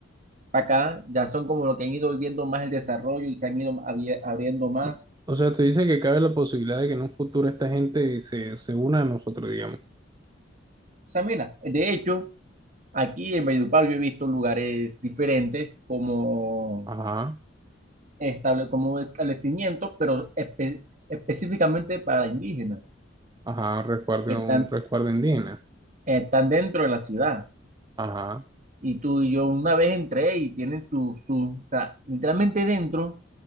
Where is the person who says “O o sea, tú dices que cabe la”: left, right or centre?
Right